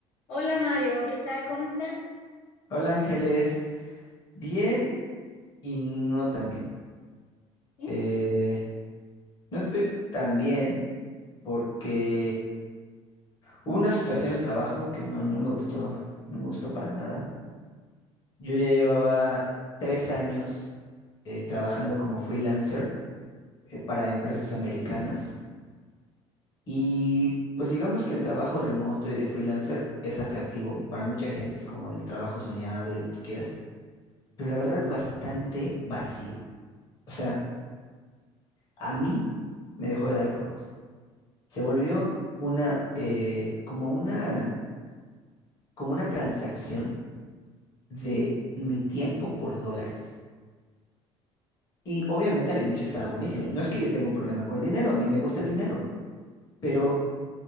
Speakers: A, on the left (about 70°); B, on the left (about 35°).
A: Hola Mario, ¿qué tal? ¿Cómo estás?
B: Hola Ángeles, bien y no tan bien.
A: ¿Bien?
B: Eh, no estoy tan bien porque hubo una situación en el trabajo que no, no me gustó, no me gustó para nada. Yo ya llevaba tres años eh, trabajando como freelancer eh, para empresas americanas y pues digamos que el trabajo remoto y de freelancer es atractivo, para mucha gente es como el trabajo soñado y lo que tú quieras, pero la verdad es bastante vacío. O sea, a mí me dejó de dar propósito. Se volvió una, eh, como una, como una transacción de
A: Ujú.
B: mi tiempo por dólares. Y obviamente al inicio estaba buenísimo. No es que yo tenga un problema con el dinero, a mí me gusta el dinero, pero